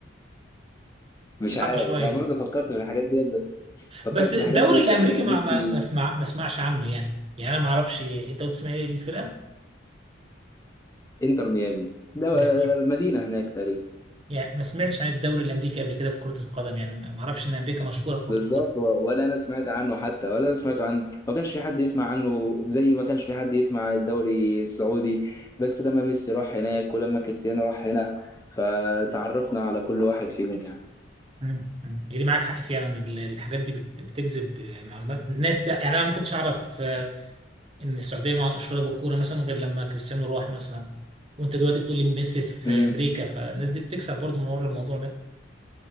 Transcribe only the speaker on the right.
صعبه
شويه
بس
الدوري
الامريكي
ما
ما ما اسمع ما اسمعش عنه يعني يعني انا ما اعرفش انت قلت اسمها ايه الفرقه
ما س-
يعني ما سمعتش عن الدوري الامريكي قبل كده في كره القدم يعني ما ما اعرفش ان امريكا مشهوره في كره
القدم
مم. مم. دي معاك حق فعلا ال- الحاجات دي بت- بتجذب آه، معلومات ناس تع- يعني انا ما كنتش اعرف آه، ان السعوديه مع- مشهوره بالكوره مثلا غير لما كريستيانو راح مثلا وانت دلوقتي بتقول لي ميسي في
امريكا فالناس دي بتكسب برضه من ورا الموضوع ده